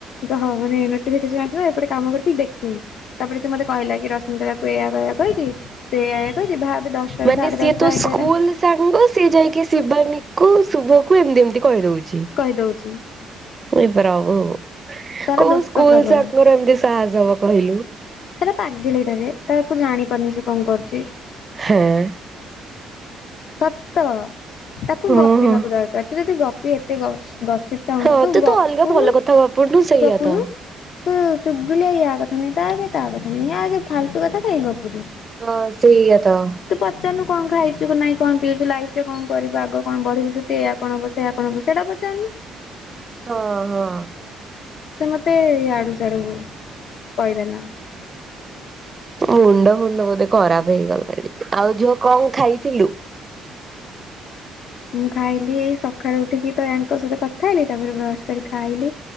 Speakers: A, on the left; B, on the right.
A: ହଁ ମାନେ ନୋଟିଫିକେସନ ଆସିଲା ଏପଟେ କାମ କରୁଥିଲି ଦେଖିନି, ତାପରେ ସେ ମୋତେ କହିଲା କି ରଶ୍ମିତା ଏଇଆ କୁ ଏଇଆ କହିଛି, ସେଇଆ ଏଇଆ କହିଛି ଭାବେ ଦଶଟାରୁ
B: ମାନେ
A: ସାଢେ
B: ସିଏ
A: ଦଶଟା
B: ତୋ
A: ଏଗାରଟା।
B: ସ୍କୁଲ ସାଙ୍ଗ ସିଏ ଯାଇକି ଶିବାନୀକୁ, ଶୁଭ କୁ ଏମତି ଏମତି କହିଦଉଛି।
A: କହିଦଉଛି
B: ଏ ପ୍ରଭୁ,
A: ତାର
B: କୋଉ
A: ଦୋଷ
B: ସ୍କୁଲ
A: ପ୍ରବଳ
B: ସାଙ୍ଗର ଏମିତି ସାହସ ହବ କହିଲୁ?
A: ସେଟା ପାଗେଳିଟାରେ ତା କୁ ଜାଣିପାରୁନି ସେ କଣ କରୁଛି?
B: ହେଁ
A: ସତ, ତାକୁ
B: ଓହୋ
A: ଗପିବାକୁ ଦରକାର ତୁ ଯଦି ଗପି ଏତେ ଗଷ ଗସିପ୍ ଚାହୁଁଛୁ
B: ହଁ
A: ତୁ ଗପୁନୁ
B: ତ ଅଲଗା ଭଲ କଥା ଗପୁନୁ ସେଇଆ
A: ଗପୁନୁ।
B: ତ।
A: ତୁ ଚୁଗୁଲେଇ ୟା କଥା ନେଇଁ ତା ଆଗରେ, ତା କଥା ନେଇଁ ୟା ଆଗରେ, ଫାଲତୁ କଥା କାଇଁ ଗପୁଛୁ।
B: ହଁ ସେଇଆ ତ।
A: ତୁ ପଚାରୁୁନୁ କଣ ଖାଇଛୁ କି ନାଇଁ? କଣ ପିଉଛୁ ଲାଇଫ୍ ରେ କଣ କରିବୁ, ଆଗ କଣ ବଢିବୁ, ସୃତି ଏଇଆ କଣ ହବ, ସେଇଆ କଣ ହବ, ସେଇଟା ପଚାରୁନୁ।
B: ହଁ ହଁ
A: ସେ ମତେ ଇଆଡୁ ସିଆଡୁ କହିଦେଲା।
B: ମୁଣ୍ଡ, ଫୁଣ୍ଡ ବୋଧେ ଖରାପ ହେଇଗଲାଣି। ଆଉ ଝିଅ କଣ ଖାଇଥିଲୁ?
A: ମୁଁ ଖାଇଲି ଏଇ ସକାଳୁ ଉଠିକି ତ ୟାଙ୍କ ସହିତ କଥା ହେଲି, ତାପରେ ବ୍ରସ୍ କରି ଖାଇଲି।